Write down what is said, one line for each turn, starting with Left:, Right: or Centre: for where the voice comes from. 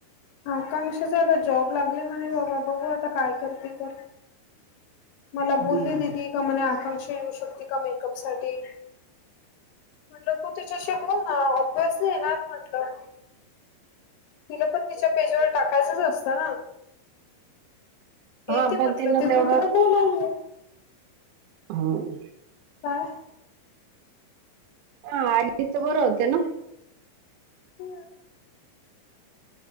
Left: आकांक्षाच. आता जॉब लागले म्हणे बाबा. बघू आता काय करती तर. मला
Right: हम्म.
Left: बोलली दिदी का म्हणे आकांक्षा येऊ शकते का मेकअप साठी? म्हटल तू तिच्याशी बोल ना. कशी येणार म्हटलं. तिला पण तिच्या- पेज वर टाकायचच असतं ना? येते
Right: म.
Left: म्हटलं
Right: पण तिन
Left: ते
Right: तेवढं-
Left: तू तिला बोलावलं
Right: हम्म.
Left: काय?
Right: हा. आणि <unintelligible> बरं होते ना?
Left: <unintelligible>